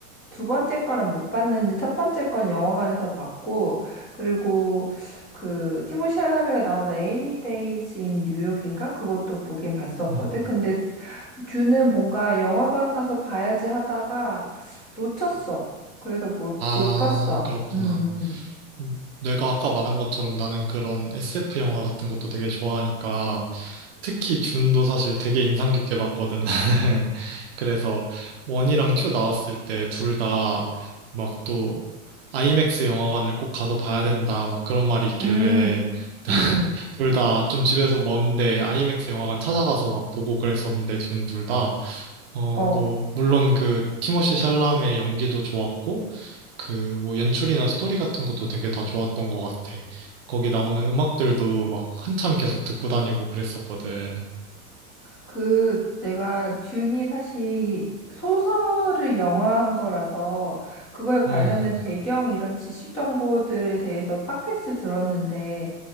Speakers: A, on the left; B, on the right.
A: 두 번째 거는 못 봤는데 첫 번째 건 영화관에서 봤고 그리고 그 티모시 샬라메가 나온 레이니 데이즈 인 뉴욕인가 그것도 보긴 봤었거든.
B: 음.
A: 근데 듀는 뭔가 영화관 가서 봐야지 하다가 놓쳤어.
B: 음.
A: 그래서 뭘,
B: 아,
A: 못 봤어.
B: 그렇구나.
A: 음,
B: 음, 내가 아까 말한 것처럼 나는 그런 SF 영화 같은 것도 되게 좋아하니까 특히 준도 사실 되게 인상 깊게 봤거든 나는 <laughs> 그래서 원이랑 투 나왔을 때 둘 다 막 또 아이맥스 영화관을 꼭 가서 봐야 된다 막 그런 말이 있길래
A: 음,
B: <laughs>
A: 음, 음, 음.
B: 둘 다 좀 집에서 먼데 아이맥스 영화관 찾아가서 막 보고 그랬었는데 준 둘 다 어
A: 어.
B: 뭐 물론 그 티모시 샬라메 연기도 좋았고 그 뭐 연출이나 스토리 같은 것도 되게 다 좋았던 것 같아. 거기 나오는 음악들도 막 한참 계속 듣고 다니고 그랬었거든.
A: 그 내가 듄이 사실 소설을 영화한 거라서 그거에 관련된
B: 음,
A: 배경 이런 지식 정보들에 대해서 팟캐스트 들었는데